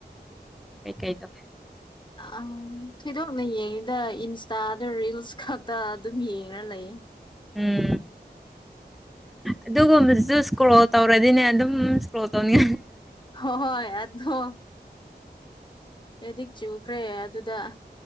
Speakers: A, in the centre; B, on the left.
A: ꯀꯩ ꯀꯥꯏꯗꯣ
B: ꯑ ꯊꯣꯏꯗꯣꯛꯅ ꯌꯦꯡꯉꯤꯗ ꯏꯟꯁꯇꯥꯗ ꯔꯤꯜꯁ ꯈꯛꯇ ꯑꯗꯨꯝ ꯌꯦꯡꯉ ꯂꯩꯌꯦ
A: ꯎꯝ ꯑꯗꯨꯒꯨꯝꯕꯗꯨꯁꯨ ꯏꯁꯀ꯭ꯔꯣꯜ ꯇꯧꯔꯗꯤꯅꯦ ꯑꯗꯨꯝ ꯏꯁꯀ꯭ꯔꯣꯜ ꯇꯧꯅꯤ
B: ꯍꯣꯏ ꯍꯣꯏ ꯑꯣ ꯑꯦꯗꯤꯛ ꯆꯨꯈ꯭ꯔꯦ ꯑꯗꯨꯗ